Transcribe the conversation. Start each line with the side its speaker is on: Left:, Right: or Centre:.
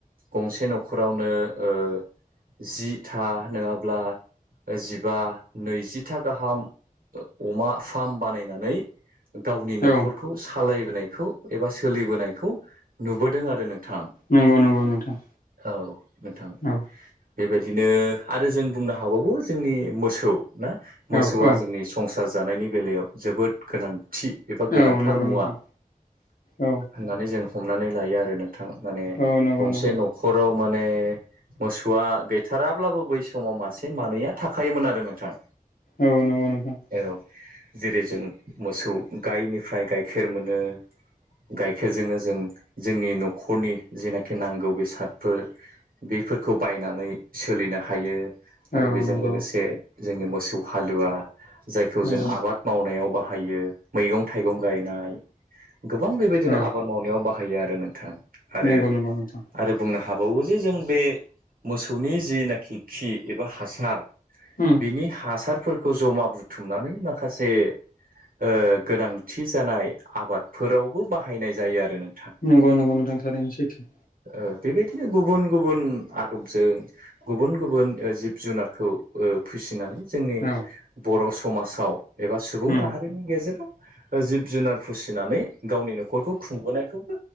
Right: गंसे न'खरावनो ओ जि था नङाब्ला जिबा नैजिथा गाहाम अमा फार्म बानायनानै गावनि न'खरखौ
Left: औ
Right: सालायबोनायखौ एबा सोलिबोनायखौ नुबोदों आरो नों थां
Left: नंगौ नंगौ नोंथां
Right: औ नोंथां
Left: औ
Right: बेबायदिनो आरो जों बुंनो हाबावो जोंनि मोसौ ना मोसौआ
Left: औ औ
Right: जोंनि संसा र जानायनि बेलायाव जोबोद गोनां थि एबा
Left: औ
Right: गोनांथार
Left: नंगौ
Right: मुवा
Left: नोंथां औ
Right: होननानै जों हमनानै लायो आरो नों थां माने
Left: औ नंगौ
Right: गंसे
Left: नंगौ
Right: न'खराव माने मोसौआ गैथाराब्लाबो बै समाव मासे मानैया थाखायायोमोन आरो नोंथां
Left: औ नगौ नोंथां
Right: औ जेरै जों मोसौ गायनिफ्राय गाइखेर मोनो गाइखेरजोंनो जों जोंनि न'खरनि जिनाखि नांगौ बेसादफोर बे बेफोरखौ बायनानै सोलिनो हायो आरो
Left: औ
Right: बेजों
Left: नंगौ
Right: लोगोसे जोंनि मोसौ हालुवा जायखौ
Left: नंगौ
Right: जों आबाद मावनायाव बाहाय यो मैगं थाइगं गायनाय गोबां बेबायदिनो
Left: औ
Right: आबाद मावनायाव बाहायो आरो नोंथां आरो
Left: नंगौ नंगौ नोंथां
Right: आरो बुंनो हाब बावो जे जों बे मोसौनि जिनाखि खि एबा हासार
Left: उम
Right: बिनि हासारफोरखौ जमा बुथुमनानै माखासे ओ गोनांथि जानाय आबादफोरावबो बाहायनाय जायो आरो नों
Left: नोंगौ नोंगौ नोंथां थारैनो सैथो
Right: ओ बेबायदिनो गुबुन गुबुन आदबजों गुबुन गुबुन ओ जिब जुनारखौ ओ फिसिनानै जोंनि
Left: औ
Right: बर' समाजाव एबा सुबुं
Left: उम
Right: माहारिनि गेजेराव जिब जुनार फिसिनानै गावनि न'खरखौ खुंबोनायखौबो